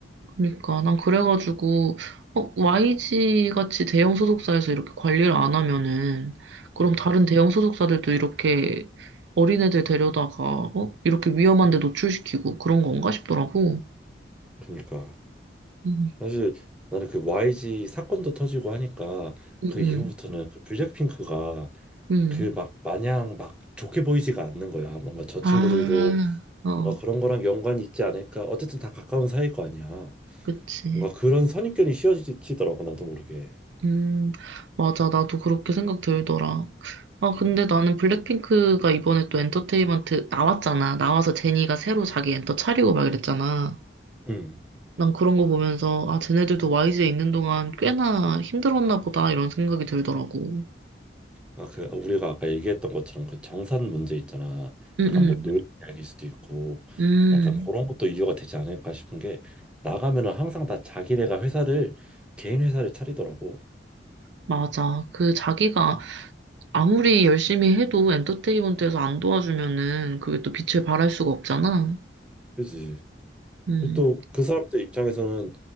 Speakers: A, on the right; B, in the centre.
A: 그러니까 난 그래가지고 어, YG 같이 대형 소속사에서 이렇게 관리를 안 하면은 그럼
B: 응
A: 다른 대형 소속사들도 이렇게 어린애들 데려다가 어? 이렇게 위험한 데 노출시키고 그런 건가 싶더라고.
B: 그러니까
A: 음,
B: 사실 나는 그 YG 사건도 터지고 하니까
A: 음,
B: 그
A: 음.
B: 이후부터는 그 블랙핑크가
A: 음.
B: 그 막 마냥 막 좋게 보이지가 않는 거야. 뭔가 저
A: 아,
B: 친구들도
A: 어,
B: 뭔가 그런 거랑 연관이 있지 않을까. 어쨌든 다 가까운 사이일 거 아니야.
A: 그치.
B: 뭔가 그런 선입견이 씌워지더라고 나도 모르게.
A: 음, 맞아. 나도 그렇게 생각 들더라. 아,
B: 음.
A: 근데 나는 블랙핑크가 이번에 또 엔터테인먼트 나왔잖아. 나와서 제니가 새로 자기 엔터 차리고 막 이랬잖아.
B: 음.
A: 난 그런 거 보면서, 아, 쟤네들도 YG에 있는 동안 꽤나 힘들었나 보다, 이런 생각이 들더라고.
B: 아, 그 아, 우리가 아까 얘기했던 것처럼 그 정산 문제 있잖아.
A: 응,
B: 약간
A: 응,
B: 뭐 노예 이야기일 수도 있고
A: 음,
B: 약간 그런 것도 이유가 되지 않을까 싶은 게 나가면은 항상 다 자기네가 회사를 개인 회사를 차리더라고.
A: 맞아. 그 자기가 아무리 열심히 해도 엔터테인먼트에서 안 도와주면은 그게 또 빛을 발할 수가 없잖아.
B: 그지.
A: 음,
B: 그리고 또 그 사람들 입장에서는